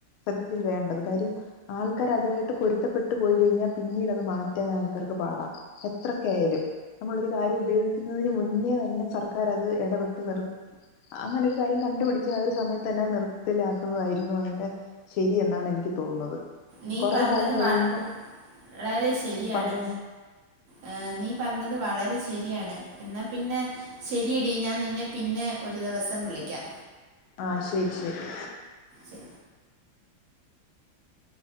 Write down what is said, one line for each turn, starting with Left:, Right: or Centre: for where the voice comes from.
Left: സത്യത്തിൽ വേണ്ടത് കാര്യം ആൾക്കാര് അതുമായിട്ട് പൊരുത്തപ്പെട്ട് പോയി കഴിഞ്ഞാൽ പിന്നീട് അത് മാറ്റാൻ ആൾക്കാർക്ക് പാടാ എത്രക്കയാലും നമ്മളൊരു കാര്യം ഉപയോഗി ക്കുന്നതിന് മുന്നേ തന്നെ സർക്കാർ അത് ഇടപെട്ട് നിർ അങ്ങനെ ഒരു കാര്യം കണ്ടുപിടിച്ച ആ ഒരു സമയത്ത് തന്നെ നിർത്തലാക്കുന്നതായിരുന്നു അതിന്റെ ശരി എന്നാണ് എനിക്ക് തോന്നുന്നത്
Right: നീ
Left: കൊറെ
Right: പറഞ്ഞത്
Left: കാലം കഴിയുമ്പോ
Right: വളരെ ശരിയാണ്.
Left: പറഞ്ഞോ
Right: ഏ നീ പറഞ്ഞത് വളരെ ശരിയാണ് എന്നാൽ പിന്നെ ശരിയെടി ഞാൻ നിന്നെ പിന്നെ ഒരു ദിവസം വിളിക്കാം.
Left: ആഹ് ശരി ശരി
Right: ശരി